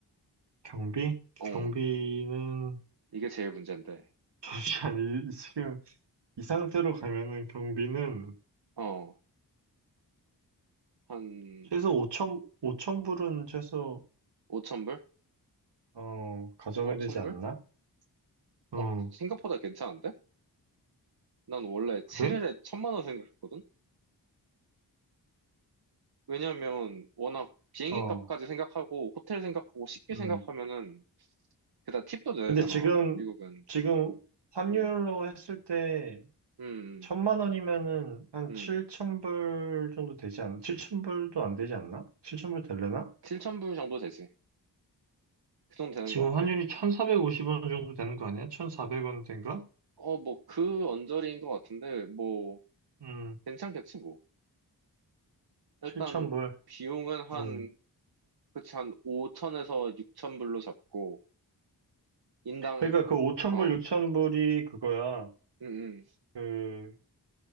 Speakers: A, on the right; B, on the right.
A: 경비? 경비는
B: 어, 이게 제일 문제인데.
A: <laughs> 잠시만 이- 지금 이 상태로 가면은 경비는
B: 어, 한
A: 최소 5천 5천 불은 최소
B: 5천불?
A: 어, 가져가야
B: 5천불?
A: 되지 않나? 어,
B: 어, 생각보다 괜찮은데? 난 원래 7일에
A: 그래?
B: 천만 원 생각했거든? 왜냐면 워낙 비행기
A: 어,
B: 값까지 생각하고 호텔 생각하고 식비
A: 음.
B: 생각하면은 게다가 팁도 내야
A: 근데
B: 되잖아,
A: 지금,
B: 미국은.
A: 지금 환율로
B: 음,
A: 했을 때,
B: 음,
A: 천만 원이면은 한
B: 음.
A: 7천 불 정도 되지 않나? 7천 불도 안 되지 않나? 7천 불 될려나?
B: 칠천 불 정도 되지. 그 정도 되는
A: 지금
B: 것 같아.
A: 환율이 1,450원 정도 되는 거 아니야? 1,400원 된가?
B: 어, 뭐 그 언저리인 것 같은데 뭐
A: 음,
B: 괜찮겠지 뭐. 일단
A: 7천 불.
B: 비용은 한
A: 음.
B: 그치 한 5천에서 6천불로 잡고 인당,
A: 그러니까 그 5천
B: 어,
A: 불, 6천 불이 그거야.
B: 음, 음,
A: 그,